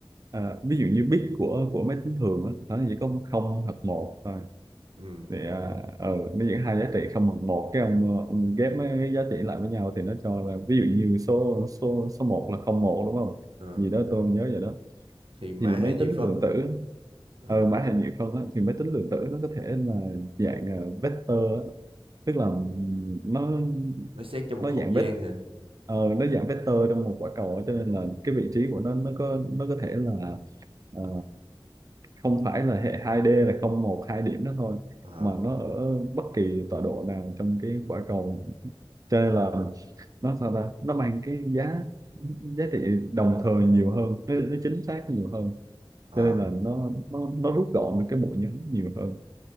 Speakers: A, on the right (about 40°); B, on the right (about 80°).
A: ờ, ví dụ như bit của của máy tính thường á, nó chỉ có không hoặc một
B: ừ,
A: thì à, ờ nó những hai giá trị không bằng một cái ông ờ, ông ghép mấy cái giá trị lại với nhau thì nó cho là ví dụ như số số số một là không một đúng không
B: ờ.
A: gì đó tôi nhớ vậy đó
B: thì mã
A: thì
B: hệ
A: máy
B: nhị
A: tính
B: phân
A: lượng
B: á
A: tử
B: hả ừ.
A: ờ mã hình như không á thì máy tính lượng tử nó có thể là dạng ờ, vector á. tức là ừm, nó
B: nó xét trong một
A: nó
B: không
A: dạng
B: gian
A: vector
B: hả
A: ờ, nó dạng vector trong một quả cầu á. cho nên là cái vị trí của nó nó có nó có thể là à, không phải là hệ 2D là 0 1 2 điểm đó thôi
B: Ờ,
A: mà nó ở bất kỳ tọa độ nào trong cái quả cầu cho nên là nó sao ta nó mang cái giá giá trị đồng thời nhiều hơn nó, nó chính xác nhiều hơn
B: ờ.
A: cho nên là nó nó nó rút gọn được cái bộ nhớ nhiều hơn